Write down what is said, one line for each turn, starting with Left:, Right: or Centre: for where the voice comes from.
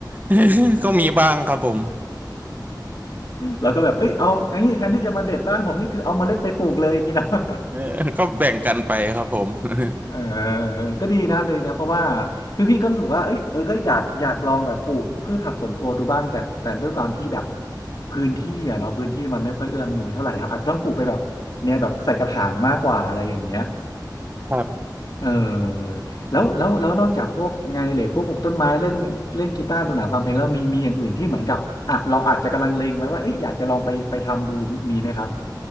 Right: <laughs> ก็มีบ้างครับผม
Left: แราก็แบบเอ้ยเอาอย่างนี้แทนที่จะมาเด็ดบ้านผมนี่คือเอาเมล็ดไปปลูกเลย <laughs> อย่างนี้เนาะ <laughs>
Right: <laughs> เออก็แบ่งกันไปครับผม <laughs>
Left: เออก็ดีนะเลยนะเพราะว่าคือพี่ก็รู้สึกว่าเอ้ยเออก็อยากอยากลองแบบปลูกพืชผักสวนครัวดูบ้างแต่แต่ด้วยความที่แบบพื้นที่อะเนาะพื้นที่มันไม่ค่อยเอื้ออำนวยเท่าไหร่ครับอาจจะต้องปลูกไปแบบเนี่ยแบบใส่กระถางมากกว่าอะไรอย่างเงี้ย
Right: ครับ
Left: เออแล้วแล้วแล้วนอกจากพวกงานอดิเรกพวกปลูกต้นไม้เล่นเล่นกีตาร์ดูหนังฟังเพลงแล้วมีมีอย่างอื่นที่เหมือนกับอ่ะเราอาจจะกำลังเลงไว้ว่าเอ้ยอยากจะลองไปไปทำดูมีมีไหมครับ